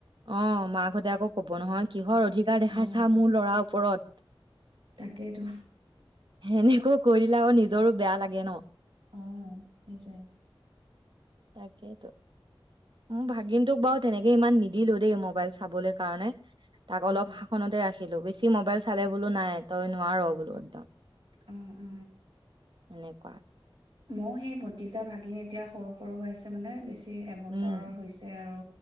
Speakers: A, on the right; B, on the right.
A: অঁ মাকাহঁতে আকৌ কব নহয় কিহৰ অধিকাৰ দেখাইছা
B: অ',
A: মোৰ ল'ৰা ওপৰত।
B: তাকেইতো
A: এনেকৈ কৰি নিজৰো বেয়া লাগে, ন
B: অঁ সেইট।
A: তাকেইতো। মো ভাগিনটোক বাৰু তেনেকে ইমান নিদ দিলো দেই মোবাইল চাবলৈ কাৰণে তাক
B: অ
A: অলপ শাসনতে ৰাখি খেল বে মোবাইল চালে
B: অ
A: বোলো নাই, তই নোৱাৰ বোলো
B: উ
A: একদম।
B: অ অ
A: এনেকুৱা।
B: মই সেই ভতিজা ভাগিন এতিয়া সৰু সৰু হৈাইছে, মানে বেছি অ' এবছৰৰ
A: উম
B: হৈছে আৰু